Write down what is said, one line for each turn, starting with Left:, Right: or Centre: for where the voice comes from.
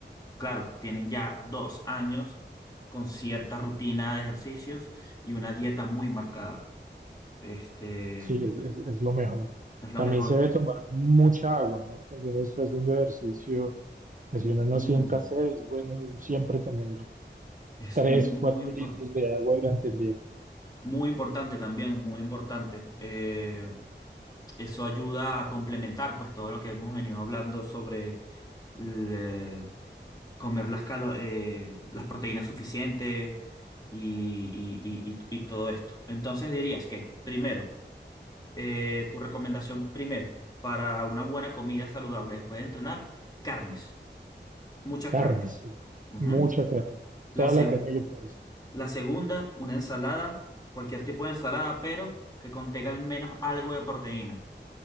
Left: claro, tienen ya dos años con cierta rutina de ejercicios y una dieta muy marcada. Este
Right: Sí, es, es es lo mejor.
Left: es lo
Right: También
Left: mejor.
Right: se debe tomar mucha agua, ¿no? Cuando uno está haciendo ejercicio Pues
Left: Ujú.
Right: si uno no sienta sed, es bueno siempre tener
Left: Es
Right: 3,
Left: muy
Right: 4
Left: importante
Right: litros de agua durante el día.
Left: Muy importante también, muy importante. Eh, eso ayuda a complementar pues todo lo que hemos venido hablando sobre le- comer las, calo- eh, las proteínas suficientes y, y- y- y- y todo esto. Entonces dirías que, primero, eh, tu recomendación primero para una buena comida saludable después de entrenar, carnes, muchas
Right: Carne,
Left: carnes.
Right: sí.
Left: Ujú.
Right: Mucha carne.
Left: La,
Right: Toda
Left: seg-
Right: la carne que puedas.
Left: La segunda, una ensalada, cualquier tipo de ensalada, pero que contenga al menos algo de proteína.